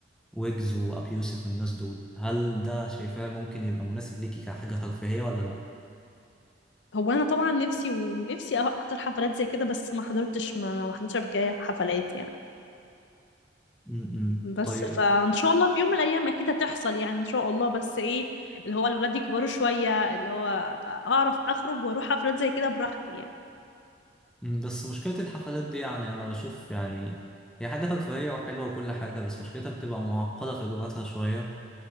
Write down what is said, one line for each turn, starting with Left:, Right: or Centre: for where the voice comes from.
Centre: ويجز وأبي يوسف والناس دول هل ده شايفاه ممكن يبقى مناسب ليكي كحاجة ترفيهية ولا لأ؟
Left: هو انا طبعا نفسي ونفسي احضر حفلات زي كده بس ما حضرتش ما ما حضرتش قبل كده حفلات يعني
Centre: امم
Left: بس
Centre: طيب
Left: فان شاء الله في يوم من الايام اكيد هتحصل يعني ان شاء الله بس ايه اللي هو الولاد يكبروا شويه اللي هو أبقى اعرف اخرج واروح حفلات زي كده براحتي يعني
Centre: مم، بس مشكلة الحفلات دي يعني أنا بشوف يعني هي حاجة ترفيهية وحلوة وكل حاجة بس مشكلتها بتبقى معقدة في إجراءاتها شوية